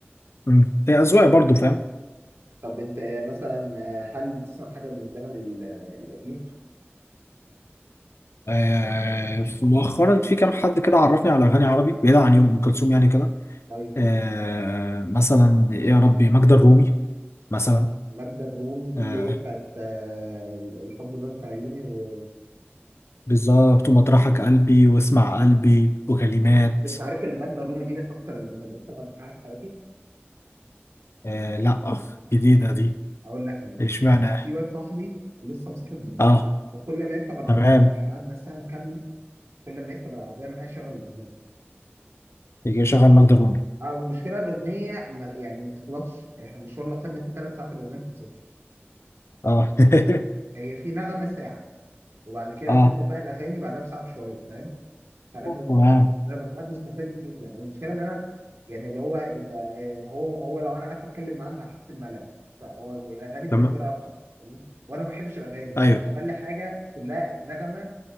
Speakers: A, on the left; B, on the right.
A: مم. هي أذواق برضو فاهم
B: طب انت آه، مثلا آه، هل بتسمع حاجه من الزمن ال- آه، القديم
A: آه مؤخرا في كام حد كده عرفني على أغاني عربي بعيدا عن يوم أم كلثوم يعني كده
B: ايوه
A: آه مثلا إيه يا ربي ماجدة الرومي مثلا
B: ماجدة الرومي دي
A: آه
B: اللي هي بتاعت آه، الحب بان في عيوني و
A: بالظبط ومطرحك قلبي واسمع قلبي وكلمات
B: انت عارف ان ماجدة الرومي دي من اكثر المغنيين اللي مغنيين انا بحبها في حياتي
A: آه لا أخ، جديدة دي
B: اقول لك مين؟
A: اشمعنى
B: في واد صاحبي لسه مصاحب جديد
A: اه
B: فكل ما يركب العربيه
A: تمام
B: معايا، يعني قعدنا سنه كامله كل ما يركب العربيه معايا يشغل الاغنيه
A: يجي يشغل ماجدة الرومي
B: اه والمشكله الاغنيه ما يعني ما بتخلصش يعني احنا المشوار اللي خدنا فيه ثلاث ساعات الاغنيه ما خلصتش
A: اه <laughs>
B: هي في نغمه ساعه وبعد كده
A: اه
B: بتبدا بقى الاغاني بعدها بساعه بشويه فاهم فانا ب... ب-
A: تمام
B: انا ببقى قاعد مستفاد جدا المشكله ان انا يعني اللي هو ب- هو هو لو انا قعدت اتكلم معاها هحس بملل فهو الاغاني بالنسبه
A: تمام
B: لي ارحم فاهمني؟ وانا ما بحبش الاغاني
A: ايوه
B: فهو بيسمع لي حاجه كلها نغمه